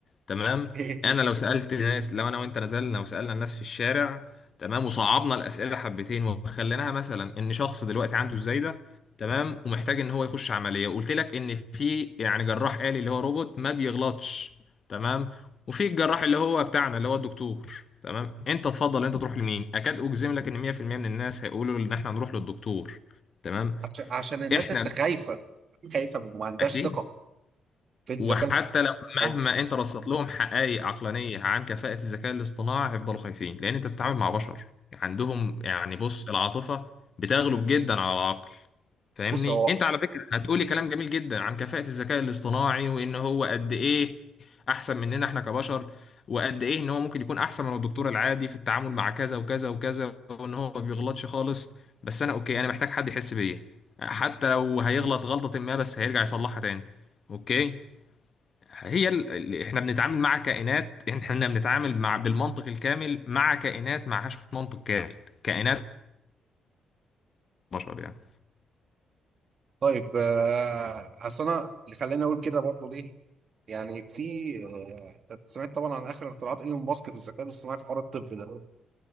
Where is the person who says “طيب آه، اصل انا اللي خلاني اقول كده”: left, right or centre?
Right